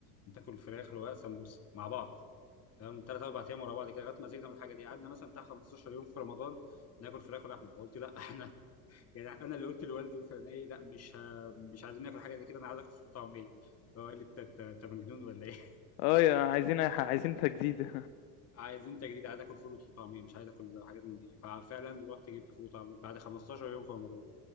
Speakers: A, on the left; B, on the left.
A: بتاكل فراخ رقاق سمبوسه مع بعض تمام ثلاث اربع ايام ورا بعض كده لغايه ما زهقنا من الحاجه دي قعدنا مثلا بتاع 15 يوم في رمضان ناكل فراخ ولحمه فقلت لا <laughs> احنا يعني انا اللي قلت لوالدي مثلا ايه لا مش ه- مش عايزين ناكل حاجه زي كده انا عايز اكل فول وطعميه فهو قال لي انت أنت- أنت مجنون ولا ايه؟ <laughs>
B: آه، يا عايزين ح عايزين
A: بالظبط.
B: تجديد <laughs>
A: عايزين تجديد عايز اكل فول وطعميه مش عايز اكل حاجات من دي ففعلا رحت جبت فول وطعميه بعد 15 يوم في رمضان